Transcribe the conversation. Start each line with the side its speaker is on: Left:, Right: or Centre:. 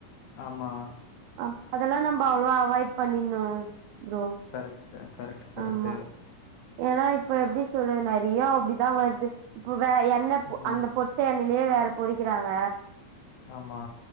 Left: ஆமா
Right: அப் அதெல்லா நம்ப அவாய் அவாய்ட் பண்னணு சிஸ் ப்ரோ
Left: கரெக்ட் ச கரெக்ட் கரெக்ட்டு
Right: ஆமா ஏன்னா இப்ப எப்டி சொல்றது நெறைய அப்டிதா வருது இப்ப வே என்ன
Left: ம்
Right: அந்த பொ பொறிச்ச எண்ணையிலயே வேற பொறிக்கிறாங்க
Left: ஆமா